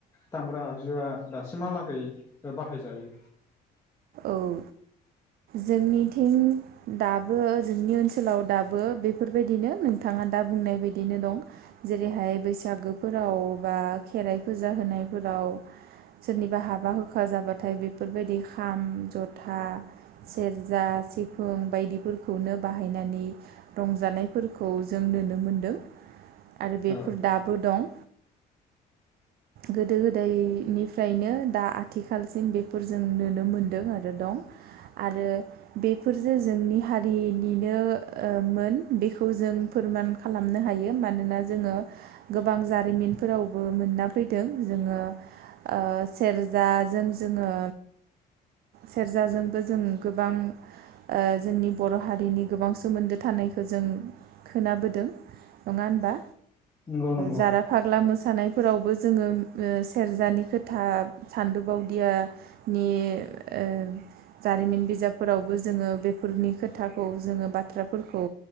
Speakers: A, on the left; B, on the right.
A: दामग्रा आगजुआ दासिमहालागै ओ बाहायजायो?
B: औ जोंनिथिं दाबो जोंनि ओनसोलाव दाबो बेफोर बायदिनो नोंथाङा दा बुंनाय बायदिनो दं जेरैहाय बैसागोफोराव बा खेराइ फुजा होनायफोराव सोरनिबा हाबा होखा जाबाथाय बेफोर बायदि खा खाम, जथा, सेरजा, सिफुं बायदिफोरखौनो बाहायनानै रंजानायफोरखौ जों नुनो मोनदों। आरो बेफोर
A: औ
B: दाबो दं। गोदो गोदायनिफ्रायनो दा आथिखालसिम बेफोरजों नुनो मोनदों आरो दं आरो बेफोरजों जोंनि हारिनिनो ओ मोन बेखौ जों फोरमान खालामनो हायो। मानोना जोङो गोबां जारिमिनफोरावबो मोनना फैदों जोङो ओ सेरजाजों जोङो। सेरजाजोंबो जों गोबां ओ जोंनि बर' हारिनि गोबां सोमोन्दो थानायखौ जों खोनाबोदों। नङा होनबा?
A: नंगौ नंगौ
B: जारा फाग्ला मोसानायफोराव। बो जोङो सेरजानि खोथा सान्दो बावदियानि ओ जारिमिन बिजाबफोरावबो जोङो बेफोरनि खोथाखौ जोङो बाथ्राफोरखौ